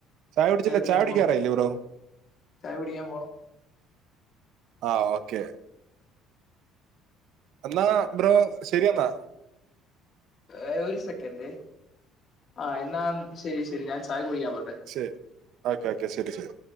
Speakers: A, on the right (about 60°); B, on the left (about 35°).
A: ചായ കുടിച്ചില്ല
B: കുടിക്കാൻ
A: ചായ കുടിക്കാറായില്ലേ
B: പോണം
A: ബ്രോ
B: ചായ കുടിക്കാൻ പോണം
A: ആഹ് ഓക്കെ എന്നാ ബ്രോ ശരിയെന്നാ
B: ഏ ഒരു സെക്കൻഡെ ആ എന്നാ ശെരി ശെരി ഞാൻ ചായ കുടിക്കാൻ പോട്ടെ
A: ശരി ഓക്കോക്കെ ശരി ശരി